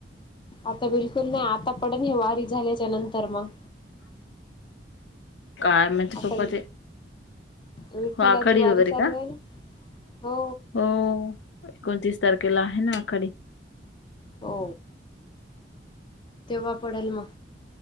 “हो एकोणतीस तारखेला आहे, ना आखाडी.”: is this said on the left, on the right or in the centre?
Left